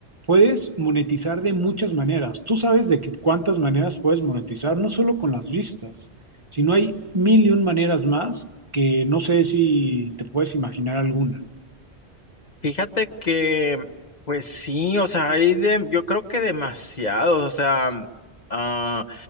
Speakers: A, on the right; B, on the left.
A: puedes monetizar de muchas maneras. Tú sabes de qué- cuántas maneras puedes monetizar, no solo con las vistas, sino hay mil y un maneras más que no sé si te puedes imaginar alguna.
B: Fíjate que, pues sí, o sea, hay de, yo creo que demasiados, o sea, ah,